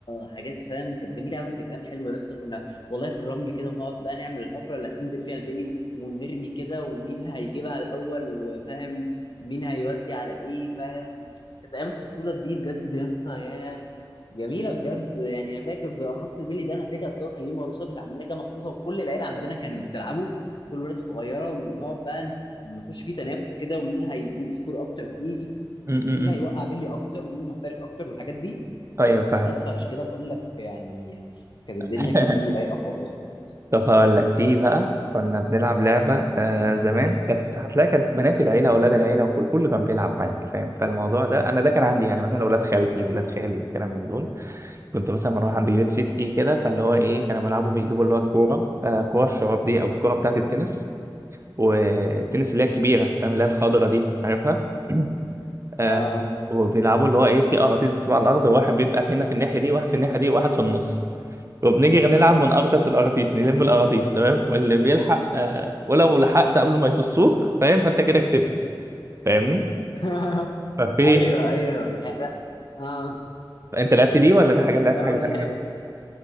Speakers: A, on the left; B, on the right.
A: حاجات فاهم كانت جميله قوي كانت ايام حلوه يا اسطى كنا والله في الرمل كده بنقعد بقى نعمل الحفره اللي هتنزل فيها البلي و- ونرمي كده ومين هيجيبها الاول وفاهم مين هيودي على ايه فاهم كانت ايام الطفوله دي بجد يا اسطى ياه جميله بجد يعني انا فاكر بالاخص البيلي ده انا فاكر اصل هو كان ليه مارشات عندنا كده مخصوصه وكل العيله عندنا كانت بتلعبه كل ولاد صغيره ونقعد بقى نخش فيه تنافس كده ومين هيجيب سكور اكتر فيه
B: م -م
A: ومين
B: -م.
A: هيوقع بلي اكتر ومين محترف اكتر والحاجات دي
B: طيب فاهمك
A: بس فعشان كده بقول لك يعني كانت الدنيا
B: <laughs>
A: فيه رايقه خالص خالص
B: طب هقول لك في بقى كنا بنلعب لعبة آه زمان كانت هتلاقي كانت بنات العيلة أولاد العيلة وكل كله كان بيلعب معاك فاهم فالموضوع ده أنا ده كان عندي يعني مثلا أولاد خالتي ولاد خالي الكلام من دول كنت مثلا بروح عند بيت ستي كده فاللي هو إيه كانوا بيلعبوا بيجيبوا اللي هو الكورة آه كورة الشراب دي أو الكورة بتاعة التنس والتنس اللي هي الكبيرة فاهم اللي هي الخضرة دي عارفها <clears throat> آه
A: اه
B: وبيلعبوا اللي هو إيه في أراضيز بتبقى على الأرض وواحد بيبقى هنا في الناحية دي واحد في الناحية دي واحد في النص وبنيجي نلعب ونقرطس القراطيس نلم القراطيس تمام واللي بيلحق آه ولو لحقت قبل ما يطسوك فاهم فانت كده كسبت فاهمني
A: <laughs>
B: ففي
A: ايوه ايوه يعني لا اه
B: انت لعبت دي ولا دي حاجه لعبت
A: لا
B: حاجه
A: والحقيقة
B: تانية كده